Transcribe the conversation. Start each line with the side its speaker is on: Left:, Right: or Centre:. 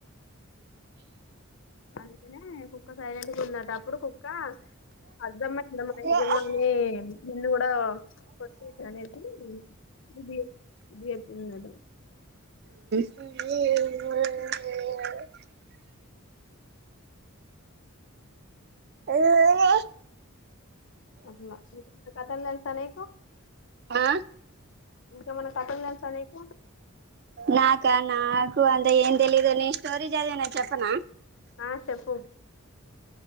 Left: అందుకనే కుక్క సైలెంట్గుందట. అప్పుడు కుక్క, అర్ధమైంద మన
Right: ఆ
Left: యజమాని నిన్ను కూడ కొట్టేచ్చ అనేసి బుద్ది చెప్ బుద్ది చెప్పిందట.
Right: అ మ ఏనా
Left: అట్లా <unintelligible> కథల్ తెల్సా నీకు?
Right: ఆ
Left: ఇంకా మన కథలు తెలుసా నీకు
Right: నాకా నాకు అన్ త ఏం తెలీదు నేన్ స్టోరీ చదివిన చెప్పనా?
Left: ఆ షెప్పు.